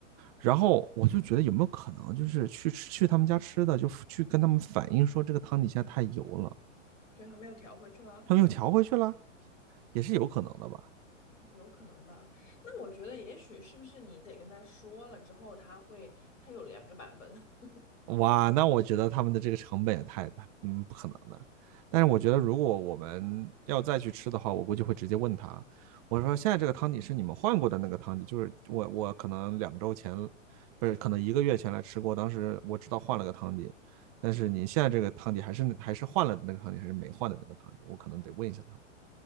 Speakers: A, on the right; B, on the left.
A: 然后我就觉得有没有可能，就是去去他们家吃的，就去跟他们反映说这个汤底现在太油了，
B: 所以还没有调回去了，
A: 他们又调回去了，也是有可能的吧？
B: 有可能吧？那我觉得也许是不是你得跟他说了之后，他会他有两个版本，<laughs>
A: 哇，那我觉得他们的这个成本也太大，嗯，不可能的。但是我觉得如果我们要再去吃的话，我估计会直接问他，我说现在这个汤底是你们换过的那个汤底，就是我我可能两周前，不是可能一个月前来吃过，当时我知道换了个汤底，但是你现在这个汤底还是还是换了那个汤底，还是没换的那个汤底，我可能得问一下他们。